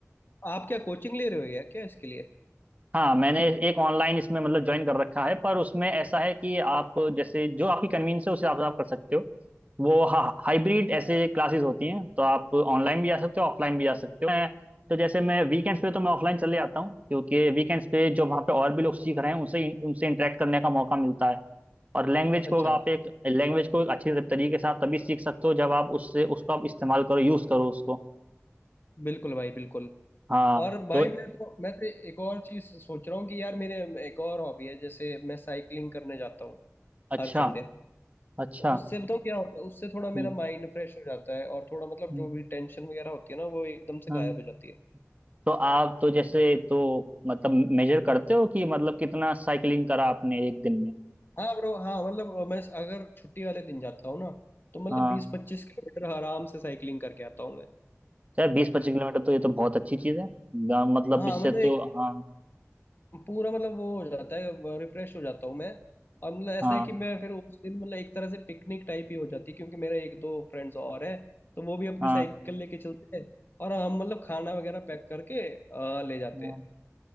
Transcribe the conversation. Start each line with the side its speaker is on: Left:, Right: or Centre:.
Left: आप क्या कोचिंग ले रहे हो या क्या इसके लिए
Right: हाँ मैंने एक ऑनलाइन इसमें मतलब ज्वाइन कर रखा है पर उसमें ऐसा है कि आप जैसे जो आपकी कन्वीनियंस है उसे आप आप कर सकते हो वो हाँ हाइब्रिड ऐसे क्लासेस होती हैं तो आप ऑनलाइन भी जा सकते हो ऑफलाइन भी जा सकते हो मैं तो जैसे मैं वीकेंड्स पे तो मैं ऑफलाइन चले जाता हूँ क्योंकि वीकेंड्स पे जो वहाँ पे और भी लोग सीख रहे हैं उनसे उनसे इंटरेक्ट करने का मौका मिलता है और लैंग्वेज
Left: अच्छा
Right: को आप एक लैंग्वेज को एक अच्छी तरीके से आप तभी सीख सकते हो जब आप उससे उसको आप इस्तेमाल करो यूज़ करो उसको
Left: बिल्कुल भाई बिल्कुल
Right: हाँ
Left: और भाई
Right: तो
Left: मैं तो मैं तो एक और चीज सोच रहा हूँ कि यार मेरे एक और हॉबी है जैसे मैं साइकिलिंग करने जाता हूँ
Right: अच्छा
Left: हर संडे
Right: अच्छा
Left: तो उससे बताऊँ क्या होता है उससे थोड़ा
Right: हम्म,
Left: मेरा माइंड फ्रेश हो जाता है और थोड़ा मतलब
Right: हम्म,
Left: जो भी टेंशन वगैरह होती है ना वो एकदम से
Right: हाँ
Left: गायब हो जाती है
Right: तो आप तो जैसे तो मतलब मेजर करते हो कि मतलब कितना साइकिलिंग करा आपने एक दिन में
Left: हाँ ब्रो हाँ मतलब मैं अगर छुट्टी वाले दिन जाता हूँ ना तो मतलब
Right: हाँ
Left: बीस पच्चीस किलोमीटर आराम से साइकिलिंग करके आता हूँ मैं
Right: चाहे बीस पच्चीस किलोमीटर तो ये तो बहुत अच्छी चीज़ है गा- मतलब
Left: हाँ
Right: इससे
Left: मतलब एक
Right: तो हाँ
Left: पूरा मतलब वो हो जाता है रिफ्रेश हो जाता हूँ मैं और मतलब ऐसा
Right: हाँ
Left: है कि मैं फिर उस दिन मतलब एक तरह से पिकनिक टाइप ही हो जाती है क्योंकि मेरे एक दो फ्रेंड्स और हैं तो वो भी अपनी
Right: हाँ
Left: साइकिल लेके चलते हैं और हम मतलब खाना वगैरह पैक करके अ, ले जाते
Right: हाँ।
Left: हैं